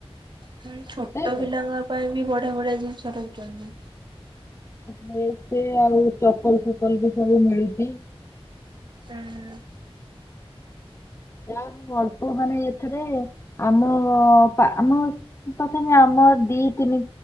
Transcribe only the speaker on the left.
ନାଇଁ କି?
ଗିଫ୍ଟ ଆଉ ଚପଲ ଫପଲ ବି ସବୁ ମିଳୁଚି।
ଯା ହଉ ଅଳ୍ପ ମାନେ ଏଥେରେ ଆମ ଆମ ତଥାପି ଆମ ଆମ ଦି ତିନି